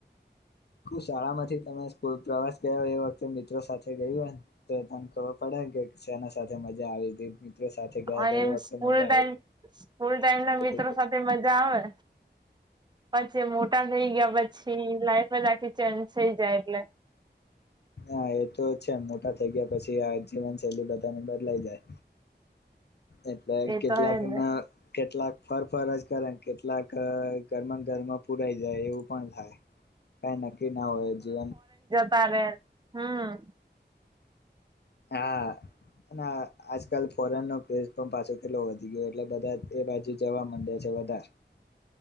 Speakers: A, on the left (about 65°); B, on the right (about 25°).
A: કુ શાળા માંથી, તમે સ્કૂલ પ્રવાસ ગયા એ વખતે મિત્રો સાથે ગયું હોય, ને તો તને ખબર પડે ને કે શેના સાથે મજા આવી, હતી. મિત્રો સાથે ગયા
B: અને
A: હતા એ વખતે
B: સ્કૂલ
A: મજા
B: ટાઈમ,
A: આવી
B: સ્કૂલ ટાઈમના મિત્રો
A: હતી કે
B: સાથે મજા આવે પછી મોટા થઈ ગયા પછી લાઈફ જ આખી ચેન્જ થઇ જાય, એટલે <inaudible>
A: હા, એ તો છે, મોટા થઇ ગયા પછી, આ જીવનશૈલી બધાને બદલાઈ જાય
B: <inaudible>
A: એટલે
B: એ
A: કેટલાકના,
B: તો હે ને
A: કેટલાક ફર, ફર જ કરે કેટલાક ઘર ઘર ઘરમા, ઘરમાં પુરાઈ, જાય એવું પણ થાય કાઈ નક્કીના હોય, એ જે
B: પરે, હમ્મ
A: હા, હા આજ કાલ ફોરેનનો ક્રેશ પણ પાછો, કેટલો વધી ગયો, એટલે બધા એ બાજુ જવા માંડ્યા છે, વધાર